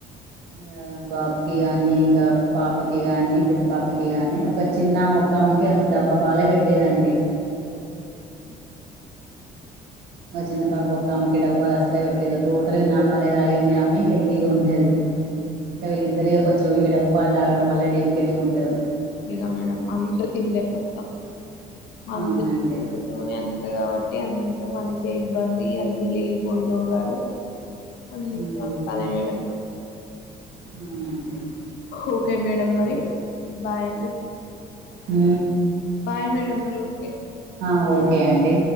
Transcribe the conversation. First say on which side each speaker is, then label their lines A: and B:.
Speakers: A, on the right (about 75°); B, on the left (about 85°).
A: ఇగ బాబుకి గాని ఇంకా పాపకి గాని పెద్ద పాపకి గానీ ఒక. ఒక చిన్న మొక్కామెకె అసలు డెబ్బ పాలే బెట్ట లేదు అండి.
B: మ్
A: మా చిన్న పాప ఒక్క ఆమెకి డబ్బపాలు అసలే పెట్టలేదు టోటల్గా నాపాలే తాగింది ఆమె హెల్తీగా ఉంటది. అంటే వీళ్ళ ఇద్దరిగా కొంచం ఇకడబ్బ పాలు తాగడం వల్ల డెలికెట్ గా ఉంటారు.
B: నేనా మేడమ్ అంత తిండే మొత్తం. మందు
A: అవునండి
B: తోనే అంత కాబట్టి అంత మనకే ఇబ్బంది అన్ని లేనిపోని రోగాలు మ్
A: ఉమ్
B: వస్తను మేడ
A: అవునండి
B: ఓకే మేడం మరి బాయ్ అండి
A: ఉ
B: బాయ్ మేడం మరి ఓకే
A: ఆ ఓకే అండి